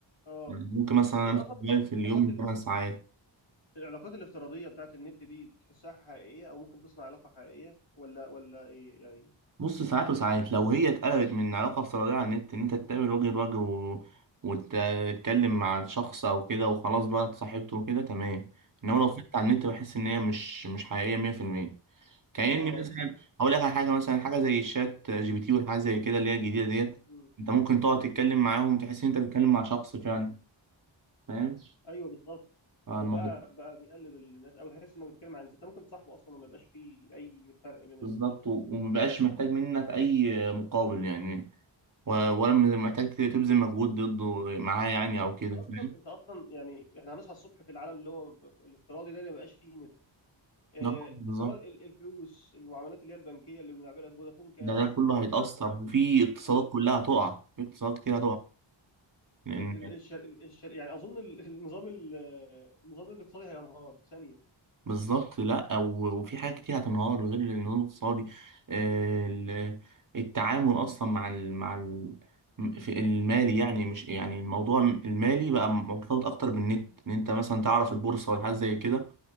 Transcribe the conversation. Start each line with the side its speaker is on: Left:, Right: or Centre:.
Left: اه
Right: ممكن مثلا
Left: وانت
Right: امسك
Left: اصلا
Right: الموبايل في
Left: العلاقات
Right: اليوم 8 ساعات
Left: العلاقات الافتراضية بتاعت النت دي بتحسها حقيقية أو ممكن تصنع علاقة حقيقية ولا ولا إيه يعني؟
Right: بص ساعات وساعات لو هي اتقلبت من علاقة افتراضية على النت ان انت تتقابل وجه لوجه و... وتتكلم مع شخص او كده وخلاص بقى اتصاحبته وكده تمام انما
Left: امم
Right: لو فضلت على النت بحس ان هي مش مش حقيقية 100% كأني
Left: اه
Right: مثلا هقول لك على حاجه مثلا حاجه زي الشات جي بي تي والحاجات زي كده اللي هي الجديده ديت
Left: امم
Right: انت ممكن تقعد تتكلم معاهم تحس ان انت بتتكلم مع شخص فعلا فاهم
Left: ايوه بالظبط
Right: فالموضوع
Left: هو بقى بقى بيقلد الناس أو تحس إنك بتتكلم عن إنسان أنت ممكن تصاحبه أصلا وما يبقاش فيه أي فرق بين
Right: بالظبط
Left: البشر
Right: و-
Left: يعني.
Right: ومبقاش محتاج منك اي مقابل يعني و- ولا محتاج تبذل مجهود ضده معاه يعني او كده
Left: أنت أصلا
Right: فاهم
Left: أنت أصلا يعني إحنا هنصحى الصبح في العالم اللي هو الافتراضي ده اللي ما بيبقاش فيه نت آه،
Right: ده بالظبط
Left: حوار ال- الفلوس المعاملات اللي هي البنكية اللي بنعملها بفودافون كاش
Right: ده ده كله
Left: وال
Right: هيتأثر وفي اقتصادات
Left: و-
Right: كلها هتقع في اقتصادات كتير هتقع
Left: ال- ال- الشر... الشر... يعني أظن ال- <laughs> النظام ال- النظام الاقتصادي هينهار في ثانية
Right: بالظبط لا و- وفي حاجات كتير هتنهار غير النمو الاقتصادي آه، ال- التعامل اصلا مع ال مع ال في المالي يعني مش يعني الموضوع المالي بقى مرتبط اكتر بالنت ان انت مثلا تعرف البورصه ولا حاجه زي كده